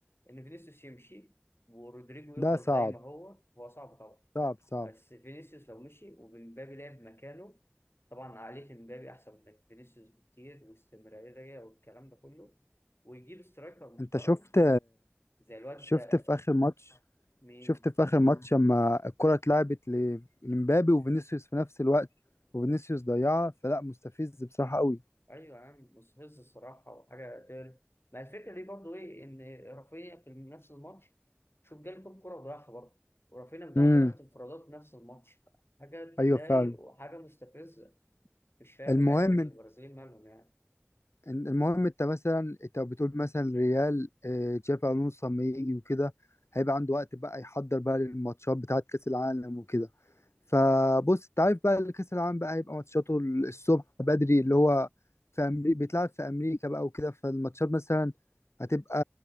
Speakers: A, on the left (about 60°); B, on the left (about 75°).
A: إن فينيسيوس يمشي ورودريجو يفضل
B: ده صعب
A: زي ما هو هو صعب طبعا
B: صعب صعب
A: بس فينيسيوس لو مشي ومبابي لعب مكانه طبعا عقلية مبابي أحسن من فينيسيوس بكتير واستمرارية والكلام ده كله ويجيب سترايكر محترم
B: انت شفت
A: زي الواد
B: شفت
A: ده
B: في اخر ماتش
A: مين
B: شفت في اخر ماتش لما الكرة اتلعبت ل- لمبابي وفينيسيوس في نفس الوقت وفينيسيوس ضيعها فلا مستفز بصراحة قوي
A: أيوة يا عم مستفز الصراحة وحاجة تقرف ما الفكرة دي برضه إيه إن رافينيا في نفس الماتش شوف جالكم كرة وضيعها برضه ورافينيا مضيع
B: امم
A: تلات انفرادات نفس الماتش حاجة بتضايق
B: ايوه فعلا
A: وحاجة مستفزة مش فاهم
B: المهم
A: اللعيبة البرازيليين
B: انت
A: مالهم يعني
B: المهم انت مثلا انت بتقول مثلا ريال آه، تشافي الونسو لما يجي وكده هيبقى عنده وقت بقى يحضر بقى للماتشات بتاعت كاس العالم وكده فبص انت عارف بقى اللي كاس العالم بقى هيبقى ماتشاته الصبح بدري اللي هو في أمريكا بيتلعب في امريكا بقى وكده فالماتشات مثلا هتبقى